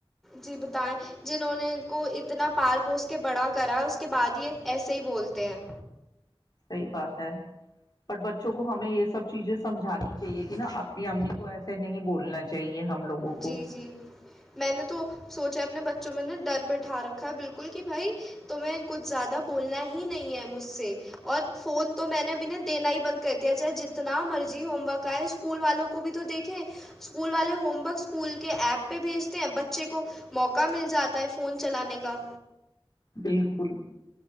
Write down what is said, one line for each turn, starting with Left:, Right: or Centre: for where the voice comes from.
Centre: جی بتائیں جنہوں نے کو اتنا پال پوس کے بڑا کرا ہے اس کے بعد یہ ایسے ہی بولتے ہیں
Left: صحیح بات ہے ب بچوں کو ہمیں یہ سب چیزیں سمجھانی چاہیے کہ نا اپنی امی کو ایسے نہیں بولنا چاہیے ہم لوگوں کو
Centre: جی جی میں نے تو سوچ اپنے بچوں میں نے ڈر بٹھا رکھا ہے بالکل کہ بھائی تمہیں کچھ زیادہ بولنا ہی نہیں ہے مجھ سے اور فون تو میں نے ابھی نے دینا ہی بند کر دیا چاہے جتنا مرضی ہوم ورک آئے اسکول والوں کو بھی تو دیکھیں اسکول والے ہومورک اسکول کے ایپ پہ بھیجتے ہیں بچے کو موقع مل جاتا ہے فون چلانے کا
Left: بالکل